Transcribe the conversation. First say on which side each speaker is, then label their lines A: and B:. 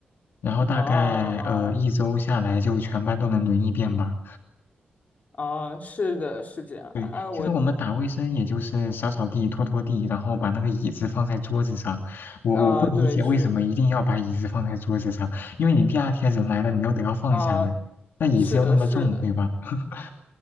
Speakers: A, on the left; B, on the left.
A: 然后大概呃一周下来就全班都能轮一遍吧。
B: 啊啊啊，是的，是这样啊，
A: 对，其实我们打卫生也就是扫扫地、
B: 我
A: 拖拖地，然后把那个椅子放在桌子上。我我不理解为什么一定要把椅子放在桌子上，
B: 啊，对，是的
A: 因为你第二天人来了，你又得要放下来，
B: 啊，
A: 那椅子又那么重，
B: 是的，是的。
A: 对吧？<laughs>